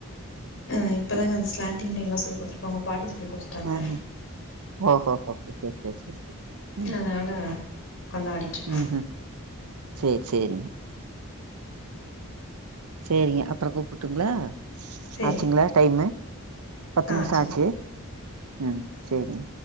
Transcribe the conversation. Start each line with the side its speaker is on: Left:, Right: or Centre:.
Left: அ இப்ப தாங்க அந்தஸ்லாண்டிங் லைன்லா சொல்லிடுத்துருப்பாங்க பாட்டி சொல்லி கொடுத்துட்டாங்க
Right: ஆஹ. ஓஹோஹோ சேரி சேரி
Left: அதனால் உட்காந்து ஆடிகிட்ருக்காங்க
Right: உஹூம் சேரி சேரி சேரிங்க அப்புறோ கூப்புட்டுங்ளா
Left: சரிங்க
Right: ஆச்சுங்களா டைமு பத்து
Left: ஆ
Right: நிமிஷ
Left: சரி
Right: ஆச்சு ம் சேரிங்க